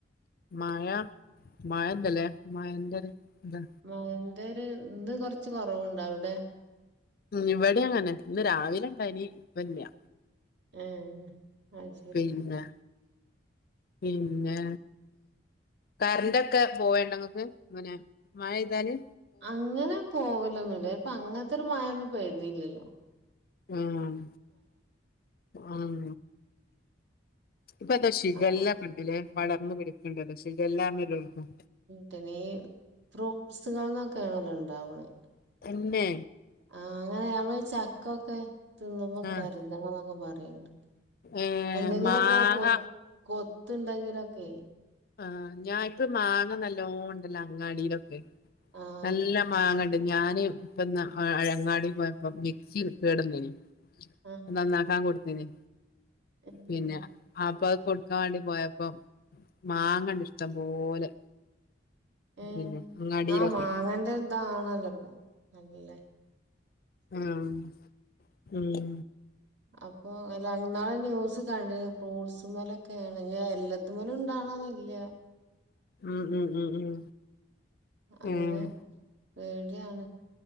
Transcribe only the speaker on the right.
മഴന്റൊര് ഇന്ന് കൊറച്ച് കൊറവുണ്ട് അവിടെ
ഏഹ് അയ് ശരി
അങ്ങനെ പോവലൊന്നുല്ല ഇപ്പൊ അങ്ങൻത്തൊരു മഴൊന്നും പെയ്തീല്ലല്ലോ
ആഹ് ഉം
ഈ ഫ്രൂട്ട്സുകൾന്നൊക്കെയാണല്ലോ ഉണ്ടാവണേ
ആഹ് അങ്ങനെ നമ്മള് ചക്കൊക്കെ തിന്നുമ്പോ കരുതണം
എന്നൊക്കെ പറയണ്ട്
എന്തെങ്കിലൊക്കെ
കൊ കൊത്ത്ണ്ടെങ്കിലൊക്കെ
ആഹ്
ആഹ്
ഉം
ഏഹേ
ആഹ് മാങ്ങന്റെ ഇതാണല്ലോ ഇപ്പൊ നല്ലേ
അപ്പൊ അല്ല ഇന്നാള് ഒരു ന്യൂസ് കണ്ടീനി ഫ്രൂട്ട്സ്മ്മല് ഒക്കെ ഏണ് ഇഞ്ഞ് അത് എല്ലത്ത്മ്മലും ഇണ്ടാവണംന്നില്ല
അങ്ങനെ
പേടിയാണ്